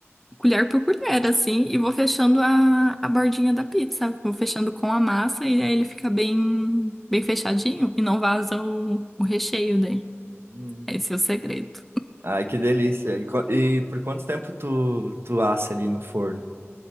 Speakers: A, in the centre; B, on the right (about 55°).
A: colher por colher, assim, e vou fechando a, a bordinha da pizza. Vou fechando com a massa e aí ele fica bem, bem fechadinho e não vaza o, o recheio daí.
B: Hum.
A: Esse é o segredo.
B: Ai, que delícia. E, co- e por quanto tempo tu, tu assa ali no forno?